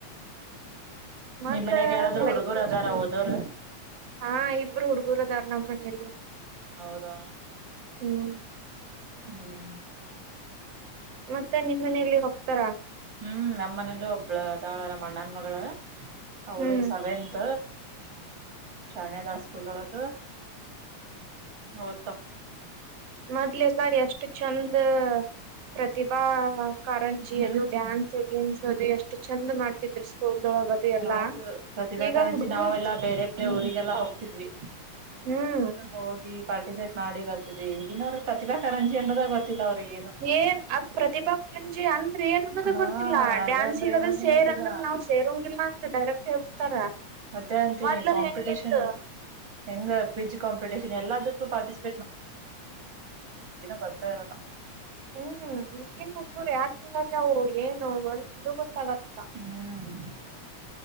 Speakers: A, on the right; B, on the right.
A: ಮೊದ್ಲ
B: ನಿಮ್ ಮನ್ಯಾಗ ಯಾರಾದ್ರೂ
A: ಲೈಫ್
B: ಹುಡುಗರು ಅದಾರ
A: ಚೊಲೋ
B: ಓದೋರು
A: ಇತ್ತ. ಆ ಇಬ್ರು ಹುಡುಗುರು ಅದಾರ್ ನಮ್ಮ್ ಮನೆಯಲ್ಲಿ
B: ಹೌದಾ.
A: ಹ್ಮ್ಮ್.
B: <inaudible>
A: ಮತ್ತೆ ನಿಮ್ಮ್ ಮನೆಯಲ್ಲಿ ಹೋಗ್ತಾರಾ
B: ಹೂಂ ನಮ್ಮನೇಲಿ ಒಬ್ಳ ಅದಳ ನಮ್ಮ ಅಣ್ಣನ ಮಗಳ ಅವಳು
A: ಹ್ಮ್
B: ಸವೆಂತ ಶ್ಯಾಣೆ ಅದಾಳ ಸ್ಕೂಲ್ ಒಳಗೆ‌ ಓದ್ತಾಳ.
A: ಮೊದ್ಲೆಲ್ಲಾರ ಎಷ್ಟು ಚಂದ. ಪ್ರತಿಭಾ ಕಾರಂಜಿ
B: ಹ್ಮ್
A: ಅದು ಡ್ಯಾನ್ಸ್ ಗಿನ್ನಿಸ್ ಅದು ಎಷ್ಟು ಚಂದ್ ಮಾಡ್ತಿದ್ರು ಸ್ಕೂಲ್. ದು ಎಲ್ಲಾ
B: ಹೌದು ಪ್ರತಿಭಾ
A: ಈಗ
B: ಕಾರಂಜಿ
A: ಹುಡ್ಗೂರು
B: ನಾವೆಲ್ಲಾ ಬೇರೆ ಬೇರೆ
A: ಹ್ಮ್
B: ಊರಿಗೆಲ್ಲಾ ಹೋಗ್ತಿದ್ವಿ
A: ಹ್ಮ್
B: ಹೋಗಿ ಪಾರ್ಟಿಸಿಪೇಟ್ ಮಾಡಿ ಆರ್ತಿದ್ವಿ ಈಗಿನ ಅವ್ರ ಪ್ರತಿಭಾ ಕಾರರಂಜಿ ಅನ್ನೋದ ಗೊತ್ತಿಲ್ಲ. ಅವ್ರಿಗೇನು
A: ಏನ್ ಆ ಪ್ರತಿಭಾ ಕುರಂಜಿ ಅಂದ್ರೆ ಏನು ಅನ್ನೋದು
B: ಹಾ
A: ಗೊತ್ತಿಲ್ಲ
B: ಅದೇ
A: ಡ್ಯಾನ್ಸೆಸಿಗದು
B: ಅಂದ್ರೆ ಏನಂತ
A: ಸೇರಿ.
B: ಗೊತ್ತಿಲ್ಲ
A: ಇಂದ್ರ ನಾವ್ ಸೇರಂಗಿಲ್ಲಾ ಅಂತ ಡೈರೆಕ್ಟ್ ಹೇಡ್ತಾರ
B: ಅದೇ ಅಂತೀನಿ
A: ಮೊದ್ಲಲ್ಲಿ
B: ಕಾಂಪಿಟೇಷನ್
A: ಹೆಂಗಿತ್ತು
B: ಹೆಂಗ ಕ್ವಿಜ್ ಕಂಪಟಷನ್ ಎಲ್ಲಾದ ಪರಿಸಿಪೇಟ್ ಗೊತ್ತಾ ಇರಲ್ಲ
A: ಹ್ಮ್ ಈಗೇನ್ ಹುಡುಗ್ರು ಯ ಹಓಗೆ ನೋವಲ್ ಇೂ ಗೊತ್ತಾಗತ್ಗ
B: ಹ್ಮ್